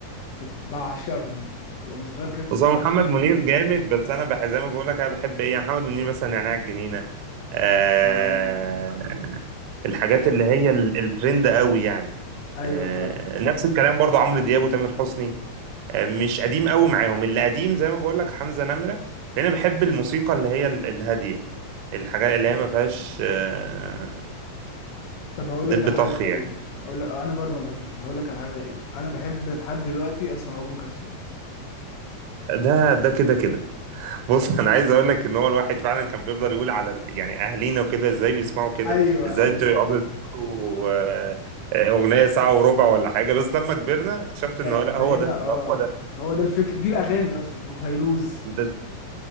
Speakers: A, on the left (about 60°); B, on the right (about 75°).
A: كنت بعشقهم كنت وانا صغير كده كنت
B: بص هو
A: بعشقهم
B: محمد منير جامد بس انا بح زي ما بقول لك انا بحب ايه يعني محمد منير مثلا نعناع الجنينه آه
A: آه
B: الحاجات اللي هي ال- الترند قوي يعني
A: ايوه
B: آه
A: فاهم
B: نفس الكلام برضه عمرو دياب وتامر حسني آه مش قديم قوي معاهم اللي قديم زي ما بقول لك حمزه نمره لان انا بحب الموسيقى اللي هي ال- الهاديه الحاجات اللي هي ما فيهاش آه
A: طب هقول
B: دب
A: لك على حاجه
B: طخ
A: غريبه
B: يعني
A: هقول لك انا برضو ما بحبش كده هقول لك على حاجه غريبه انا بحب لحد دلوقتي اسمع ام كلثوم
B: ده ده كده كده بص انا عايز اقول لك ان هو الواحد فعلا كان بيفضل يقول على ال- يعني اهالينا وكده ازاي بيسمعوا كده
A: ايوه
B: ازاي
A: ايوه
B: يقعدوا يسمعوا آه، آه، اغنيه ساعه وربع ولا حاجه بس لما كبرنا اكتشفت
A: ب-
B: ان هو لا
A: بقينا
B: هو ده
A: اه
B: ده هو ده
A: هو ده الفكر دي الاغاني اصلا وفيروز
B: ده